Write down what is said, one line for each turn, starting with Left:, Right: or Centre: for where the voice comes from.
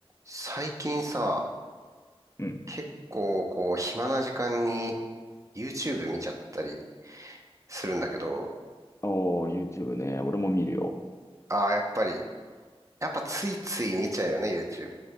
Right: 最近さ、
Left: うん。
Right: 結構こう暇な時間に YouTube 見ちゃったりするんだけど、
Left: おー、YouTube ね。俺も見るよ。
Right: ああ、やっぱり、やっぱついつい見ちゃうよね、YouTube。